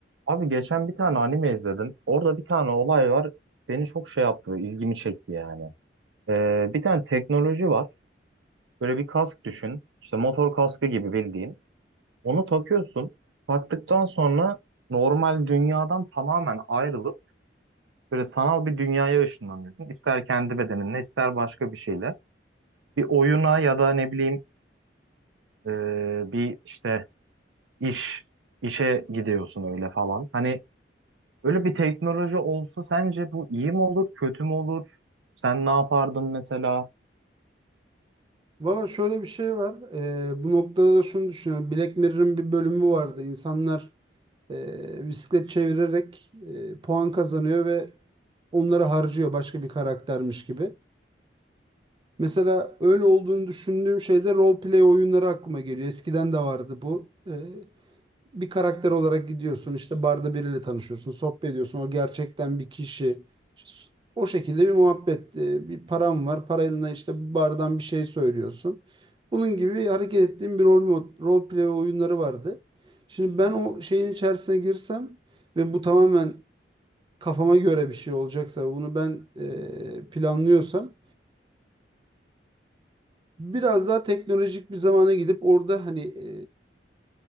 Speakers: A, on the right (about 80°); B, on the right (about 25°).
A: Abi geçen bir tane anime izledim. Orada bir tane olay var. Beni çok şey yaptı, ilgimi çekti yani. Ee, bir tane teknoloji var. Böyle bir kask düşün. İşte motor kaskı gibi bildiğin. Onu takıyorsun. Taktıktan sonra normal dünyadan tamamen ayrılıp böyle sanal bir dünyaya ışınlanıyorsun. İster kendi bedeninle, ister başka bir şeyle. Bir oyuna ya da ne bileyim e, bir işte iş, işe gidiyorsun öyle falan. Hani Böyle bir teknoloji olsa sence bu iyi mi olur, kötü mü olur? Sen ne yapardın mesela?
B: Valla şöyle bir şey var. Ee, bu noktada da şunu düşünüyorum. Black Mirror'ın bir bölümü vardı. İnsanlar e, bisiklet çevirerek e, puan kazanıyor ve onları harcıyor başka bir karaktermiş gibi. Mesela öyle olduğunu düşündüğüm şeyde role play oyunları aklıma geliyor. Eskiden de vardı bu. Ee, bir karakter olarak gidiyorsun işte barda biriyle tanışıyorsun sohbet ediyorsun o gerçekten bir kişi İşte o şekilde bir muhabbet e, bir param var parayla işte bardan bir şey söylüyorsun bunun gibi hareket ettiğim bir rol, mod- rol play oyunları vardı şimdi ben o şeyin içerisine girsem ve bu tamamen kafama göre bir şey olacaksa bunu ben e, planlıyorsam biraz daha teknolojik bir zamana gidip orada hani e,